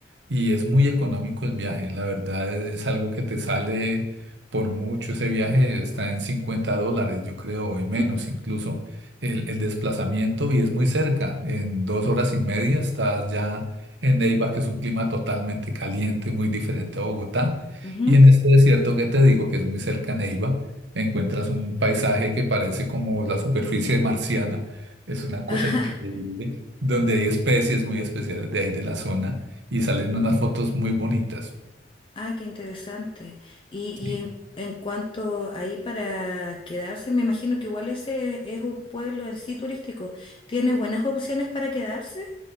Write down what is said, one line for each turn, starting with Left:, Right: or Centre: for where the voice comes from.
Right: y es muy económico el viaje. La verdad es, es algo que te sale por mucho. Ese viaje está en 50 dólares, yo creo, o en menos incluso el, el desplazamiento y es muy cerca. En dos horas y media estás ya en Neiva, que es un clima totalmente caliente, muy diferente a Bogotá.
Left: ujú.
Right: Y en este desierto que te digo, que es muy cerca a Neiva encuentras un paisaje que parece como la superficie marciana, es una cosa
Left: <laughs>
Right: increíble, donde hay especies muy especiales de ahí de la zona y salen unas fotos muy bonitas,
Left: Ah, qué interesante. Y, y
Right: sí.
Left: en, en cuanto ahí para quedarse, me imagino que igual ese es un pueblo en sí turístico. ¿Tiene buenas opciones para quedarse?